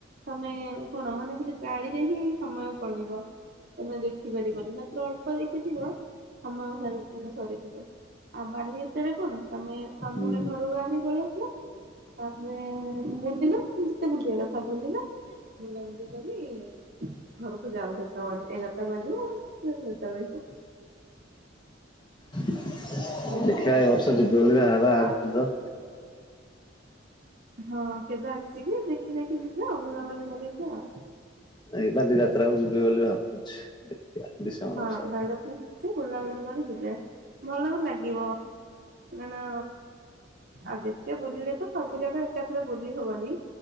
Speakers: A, on the right (about 55°); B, on the left (about 25°).
A: ତମେ କଣ ମାନେ ଖାଲି ଗାଡିରେ ହିଁ ସମୟ ପଳେଇବ, ତମେ ଦେଖିପାରିବନି ମାତ୍ର ଅଳ୍ପ ଦେଖିଥିବ ସମୟ <unintelligible> ସରିଯିବ, ଆଉ ବାଲିଯାତ୍ରା ରେ କଣ ତମେ ସନ୍ଧ୍ୟାରେ
B: ହୁଁ
A: ଘରୁ ବାହାରି ପଳେଇ ଆସିଲ ତାପରେ ବୁଲିଲ ଯେତେ ବୁଲିବା କଥା ବୁଲିଲ, ବୁଲାବୁଲି କରି ଘରୁକୁ ଯଅ ଯତଳେ ଏଗାରଟା ବାଜିବ <unintelligible> ଯେତଳେ ଯିବ।
B: ଦେଖିଆ
A: ଏମିତି ଆଉ
B: ଏବର୍ଷ ଯିବୁ ବୋଲି ବାହା ବାହାରୁଚୁ
A: ଆଉ
B: ତ।
A: ହଁ କେବେ ଆସିକି ଦେଖି ଦାଖି ଦେକି ଯିବେ ଆଉ, ବୁଲାବୁଲି କରିକି ଆଉ।
B: ଏଇ ବାଲିଯାତ୍ରାକୁ ଯିବି ବୋଲି ଭାବୁଛି। ଦେଖିବା ଡିସେମ୍ବର
A: ହଁ <unintelligible>
B: ମାସରେ
A: <unintelligible> ବୁଲାବୁଲି କରି ଯିବେ, ଭଲ ବି ଲାଗିବ କାରଣ ଆଉ ଯେତେ ବୁଲିଲେ ତ ସବୁ ଜାଗା ଏକାଥେରେ ବୁଲି ହବନି।